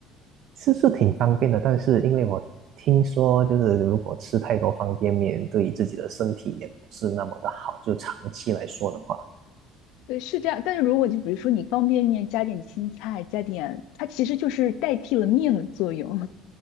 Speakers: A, on the right (about 50°); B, on the left (about 75°).
A: 是是挺方便的。但是因为我听说，就是如果吃太多方便面，对自己的身体也不是那么的好，就长期来说的话。
B: 对，是这样。但是如果就比如说你方便面加点青菜，加点，它其实就是代替了面的作用。